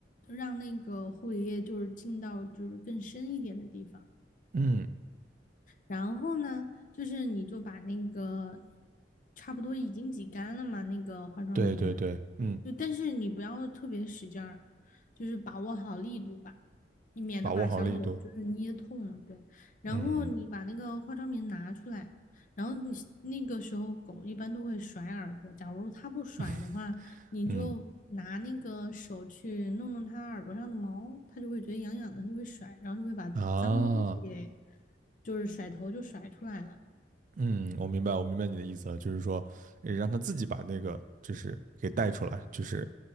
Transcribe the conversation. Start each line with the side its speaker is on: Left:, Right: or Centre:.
Left: 让那个护理液就是进到就是更深一点的地方。
Right: 嗯，
Left: 然后呢，就是你就把那个差不多已经挤干了嘛，那个化妆棉，
Right: 对对对，嗯，
Left: 就但是你不要特别使劲儿，就是把握好力度吧，你免得把小狗就是捏痛了。
Right: 把握好力度。
Left: 对，然后你把那个化妆棉拿出来，
Right: 嗯
Left: 然后你那个时候狗一般都会甩耳朵，假如它不甩的话，
Right: <laughs>
Left: 你就拿那个手去弄弄它耳朵上的毛，
Right: 嗯
Left: 它就会觉得痒痒的，它就会甩，然后就会把脏东西给
Right: 啊，
Left: 就是甩头就甩出来了。
Right: 嗯，我明白，我明白你的意思了，就是说，呃让他自己把那个就是给带出来，就是